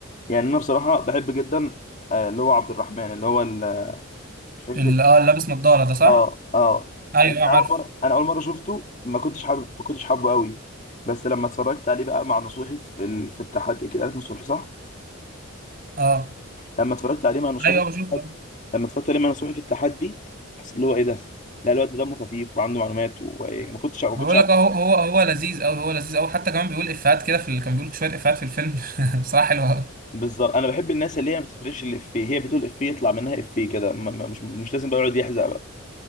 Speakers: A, on the left; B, on the right.
A: يعني انا بصراحه بحب جدا آه، اللي هو عبد الرحمن اللي هو ال- مش فاكر
B: اللي اه اللي لابس نظاره ده صح
A: اه اه
B: ايوه
A: يعني
B: آه،
A: انا
B: عارف
A: اول مره انا اول مره شفته ما كنتش حابب ما كنتش حابه قوي بس لما اتفرجت عليه بقى مع نصوحي في ال... في التحدي اكيد عارف نصوحي صح
B: اه
A: لما اتفرجت عليه مع نصوحي
B: ايوه
A: في
B: آه، بشوفه
A: التحدي لما اتفرجت عليه مع نصوحي في التحدي حسيت اللي هو ايه ده لا الواد ده دمه خفيف وعنده معلومات وما كنتش ما
B: أنا
A: كنتش
B: بقول
A: عارف
B: لك هو هو هو لذيذ قوي هو لذيذ قوي حتى كمان بيقول افيهات كده في اللي كان بيقول شويه افيهات في الفيلم <laughs> بصراحه حلوه قوي
A: بالظبط انا بحب الناس اللي هي ما بتفرقش الافيه هي بتقول افيه يطلع منها افيه كده ما- ما- مش مش لازم بقى يقعد يحزق بقى